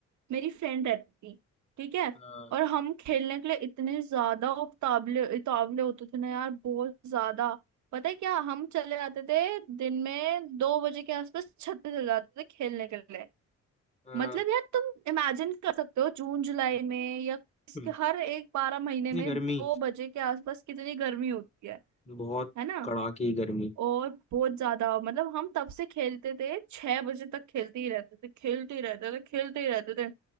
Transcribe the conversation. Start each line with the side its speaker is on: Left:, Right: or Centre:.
Right: मेरी फ्रेंड रहती थी ठीक है
Left: अ,
Right: और हम खेलने के लिए इतने ज्यादा उतावले उतावले होते थे ना यार बहुत ज्यादा पता है क्या हम चले जाते थे दिन में दो बजे के आसपास छत पे चले जाते थे खेलने के लिए
Left: अ,
Right: मतलब यार तुम इमेजिन कर सकते हो जून जुलाई में या इसके
Left: हम्म,
Right: हर एक बारह महीने
Left: इतनी
Right: में
Left: गर्मी
Right: दो बजे के आसपास कितनी गर्मी होती है
Left: बहुत
Right: है ना
Left: कड़ाकी गर्मी
Right: और बहुत ज्यादा मतलब हम तब से खेलते थे छह बजे तक खेलते ही रहते थे खेलते ही रहते थे खेलते ही रहते थे